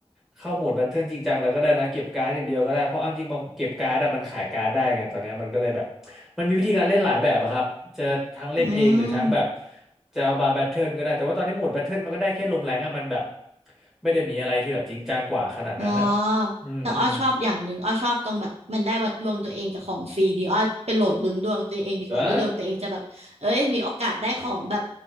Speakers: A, in the centre; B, on the right (about 75°).
A: เข้าโหมดแบทเทิลจริงจังอะไรก็ได้นะเก็บการ์ดอย่างเดียวก็ได้เพราะเอาจริงมาเก็บการ์ดอะมันขายการ์ดได้ไงตอนเนี้ยมันก็เลยแบบมันมีวิธีการเล่นหลายแบบอะครับจะทั้งเล่นเองหรือทั้งแบบ
B: อืม
A: จะเอามาแบทเทิลก็ได้แต่ว่าตอนนี้โหมดแบทเทิลมันก็ได้แค่ลงแรงอะมันแบบไม่ได้มีอะไรที่แบบจริงจังกว่าขนาดนั้นอะ
B: อ๋อ
A: อืมอืม
B: แต่อ้อชอบอย่างหนึ่งอ้อชอบตรงแบบมันได้วัดดวงตัวเองกับของฟรีดีอ้อไปโหลดลุ้นดวงตัวเองดีกว่าว่าดวงตัวเองจะแบบเอ้ยมีโอกาสได้ของแบบ
A: ได้